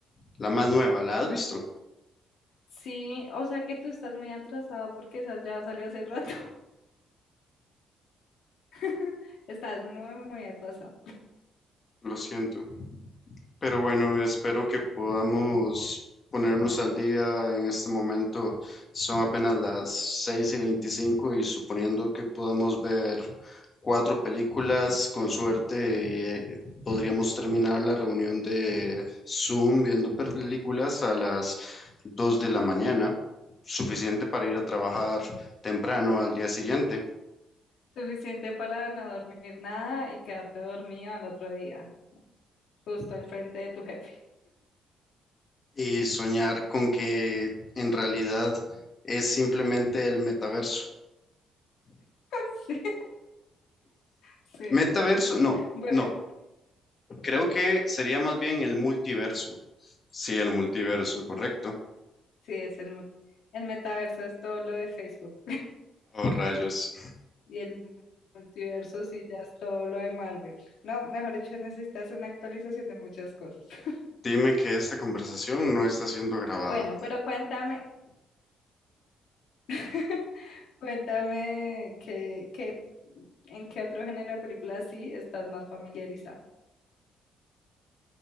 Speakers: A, on the left; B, on the left.
A: la más nueva. ¿La has visto?
B: Sí, o sea que tú estás muy atrasado porque esa ya salió hace rato. <laughs> Estás muy, muy atrasado.
A: Lo siento. Pero bueno, espero que podamos ponernos al día en este momento. Son apenas las 6 y 25 y suponiendo que podamos ver cuatro películas, con suerte eh, podríamos terminar la reunión de Zoom viendo películas a las 2 de la mañana, suficiente para ir a trabajar temprano al día siguiente
B: Suficiente para no dormir nada y quedarte dormido al otro día, justo enfrente de tu jefe.
A: y soñar con que en realidad es simplemente el metaverso
B: <laughs> Sí, sí.
A: Metaverso, no,
B: Bueno,
A: no. Creo que sería más bien el multiverso. Sí, el multiverso, correcto.
B: Sí, es el, mu- el metaverso es todo lo de Facebook
A: Oh, rayos.
B: y el multiverso sí ya es todo lo de Marvel. No, mejor dicho, necesitas una actualización de muchas cosas. <laughs>
A: Dime que esta conversación no está siendo grabada.
B: Bueno, pero cuéntame, <laughs> cuéntame qué, qué, en qué otro género de películas sí estás más familiarizado.